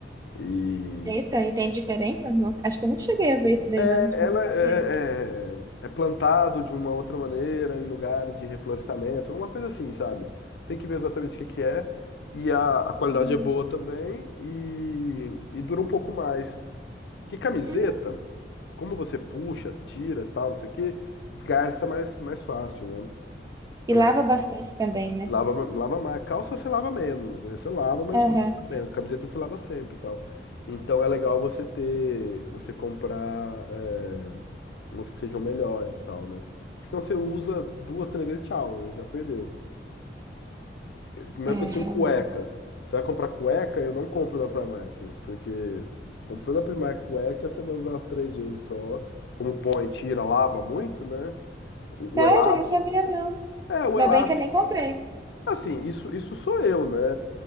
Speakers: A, on the left; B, on the right.
A: e
B: Eita, e tem diferença? Não- acho que eu não cheguei a ver isso daí,
A: é-
B: não. Acho que
A: ela
B: não comprei.
A: é, é, é plantado de uma outra maneira em lugares de reflorestamento, uma coisa assim, sabe? Tem que ver exatamente o que que é e a, a qualidade
B: Hum.
A: é boa também e, e dura um pouco mais. Que camiseta,
B: Hum.
A: como você puxa, tira, tal, não sei o quê, esgarça mais mais fácil, né? Ela
B: E lava bastante também, né?
A: Lava, lava mais. Calça você lava menos, né? Você lava, mas
B: Aham.
A: lava menos. Camiseta você lava sempre e tal. Então é legal você ter, você comprar é, umas que sejam melhores e tal, né? Porque senão você usa duas, três vezes, tchau, né? já perdeu. É, Mesma
B: É,
A: coisa
B: realmente.
A: com cueca. Você vai comprar cueca, eu não compro na Primark, porque comprou na Primark cueca, você vai usar as três vezes só. Como põe, tira, lava muito, né? o
B: Sério,
A: o elástico.
B: eu não sabia, não.
A: É, o
B: Ainda
A: elástico.
B: bem que eu nem comprei.
A: Assim, isso, isso sou eu, né?